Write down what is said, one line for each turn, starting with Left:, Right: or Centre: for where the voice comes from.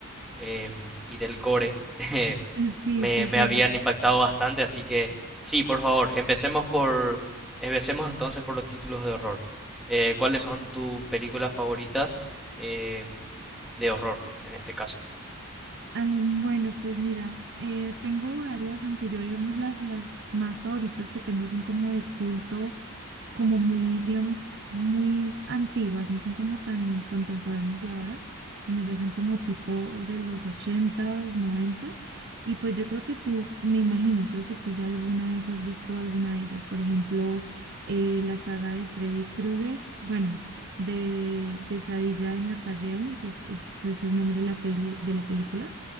Centre: em, y del gore <laughs>
Right: Sí,
Centre: me,
Right: sí,
Centre: me
Right: sí, sí.
Centre: habían impactado bastante, así que sí, por favor, empecemos por, empecemos entonces por los títulos de horror. Eh, ¿cuáles son tus películas favoritas em, de horror en este caso?
Right: Ah, Bueno, pues mira, eh, tengo varias, aunque yo digamos las, las más favoritas que tengo son como de culto, como muy, digamos, muy antiguas, no son como tan contemporáneas de ahora, sino ya son como tipo de los ochentas, noventas. Y pues yo creo que tú, me imagino, creo que tú ya alguna vez has visto alguna de ellas, por ejemplo, eh, la saga de Freddy Krueger, bueno, de Pesadilla en la calle Elm, que es, es, es el nombre de la peli- de la película